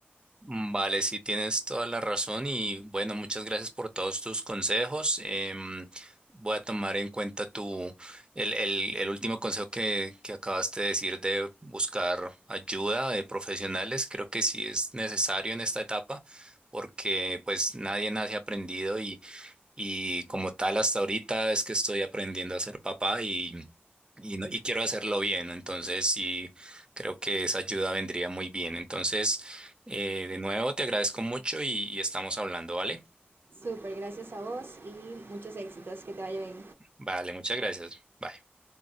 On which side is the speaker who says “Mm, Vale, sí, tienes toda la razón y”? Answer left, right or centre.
Right